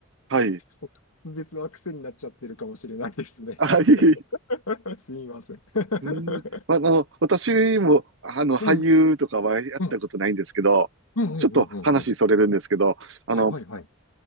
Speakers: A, on the right (about 60°); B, on the left (about 85°).
A: はい、
B: もう別の癖になっちゃってるかもしれないですね。
A: はい。
B: <laughs> すみません。<laughs>
A: <laughs> うん、あの、私も、あの、俳優とかはやったことないんですけど、
B: うん、うん、うん、うん、うん、
A: ちょっと話それるんですけど、
B: うん。うん
A: あの、
B: はいはいはい。